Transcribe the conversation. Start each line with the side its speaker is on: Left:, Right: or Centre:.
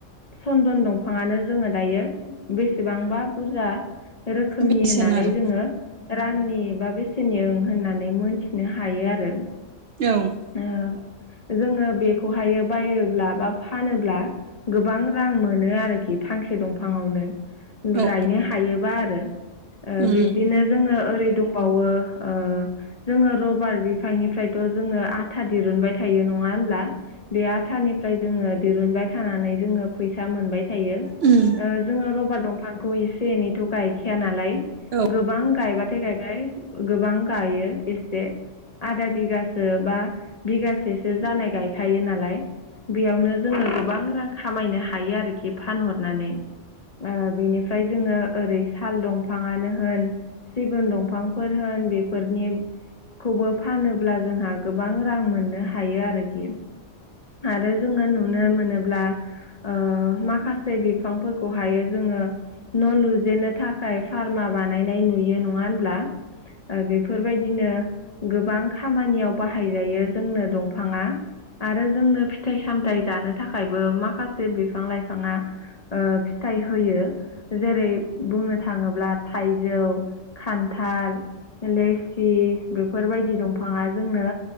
Left: सन्दन दंफाङानो जोङो दायो बेसेबांबा बुरजा रोखोमनि
Right: बेसेन
Left: होननानै
Right: आरो
Left: जोङो रांनि बा बेसेनि ओं होननानै मोनथिनो हायो आरो।
Right: औ।
Left: ओ जोङो बेखौहायो बायोब्ला बा फानोब्ला गोबां रां मोनो आरोखि फांसे दंफाङावनो
Right: औ
Left: गायनो हायोबा आरो। ओ
Right: उम
Left: बिबदिनो जोङो ओरै दंबावो ओ जोङो रबार बिफांनिफ्रायथ' जोङो आथा दिरुनबाय थायो नङा होनब्ला। बे आथानिफ्राय जोङो दिरुनबाय थानानै जोङो फैसा मोनबाय थायो।
Right: उम
Left: ओ जोङो रबार दंफांखौ एसे एनैथ' गायखाया नालाय।
Right: औ
Left: गोबां गायबाथाय गायबाय गोबां गायो एसे आदा बिगासो बा बिगासेसो जानाय गायखायो नालाय। बेयावनो जोङो गोबां रां खामायनो हायो आरोखि फानहरनानै। ओ बेनिफ्राय जोङो ओरै साल दं फाङानो होन सिगुन दंफांफोर होन बेफोरनि खौबो फानोब्ला जोंहा गोबां रां मोननो हायो आरोखि। आरो जोंना नुनो मोनोब्ला ओ माखासे बिफांफोरखौ हायो जोङो न' लुजेनो थाखाय फारमा बानायनाय नुयो नङा होनब्ला? ओ बेफोरबायदिनो गोबां खामानियाव बाहायजायो जोंनो दंफाङा। आरो जोंनो फिथाइ सामथायाइ जानो थाखायबो माखासे बिफां लाइफाङा ओ फिथाइ होयो। जेरै बुंनो थाङोब्ला थाइजौ खान्थाल, लेसि बेफोरबायदि दंफाङा जोंनो